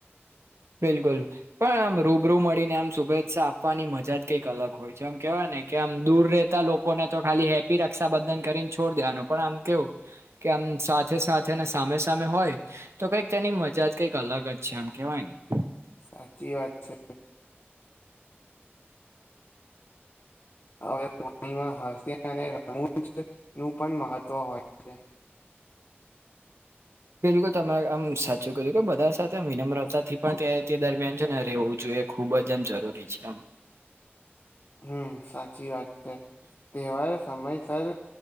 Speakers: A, on the right; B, on the left.
A: બિલકુલ પણ આમ રૂબરૂ મળીને આમ શુભેચ્છા આપવાની મજા જ કંઈક અલગ હોય છે એમ કેહેવાય ને કે આમ દૂર ર લોકોને તો ખાલી હેપી રક્ષાબંધન કરીને છોડ દેવાનું પણ આમ કેવું કે આમ સાથે સાથે સામે સામે હોય તો કઈક તેની મજા જ કંઈક અલગ જ છે એમ કેવાય ને
B: સાચી વાત છે હવેણી હાસ અને રુંજ નું પણ મહત્વ હોય છે
A: બિલકુલ તમે આમ સાચું કજો કે બધા સાથે વિનમ્રતાથી પણ દરમિયાન છે ને રહેવું જોઈએ ખૂબ જ એમ જરૂરી છે આમ
B: હમ સાચી વાત છે તહેવાર સમયસર